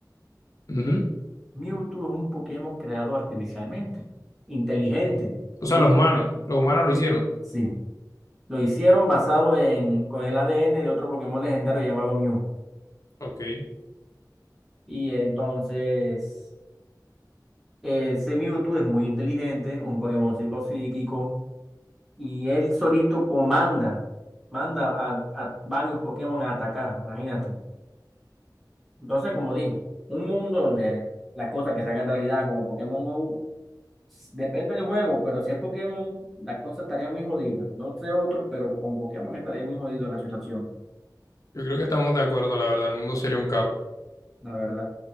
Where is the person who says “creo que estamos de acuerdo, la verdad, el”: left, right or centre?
Left